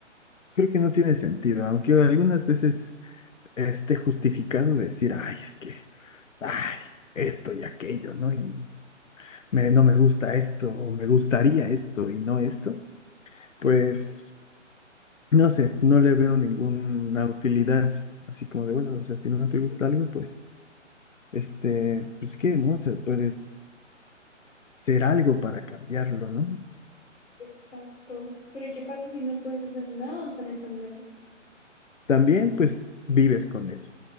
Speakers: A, on the left; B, on the left.
A: creo que no tiene sentido, aunque algunas veces esté justificado decir, ay, es que, ay, esto y aquello, ¿no? Y me- no me gusta esto, o me gustaría esto y no esto. Pues, no sé, no le veo ninguna utilidad, así como de, bueno, o sea, si no te
B: Sí,
A: gusta algo, pues, este, pues qué, ¿no? O sea, puedes hacer algo para cambiarlo, ¿no?
B: Exacto, pero ¿y ¿qué pasa si no puedes hacer nada para cambiarlo?
A: también pues vives con eso,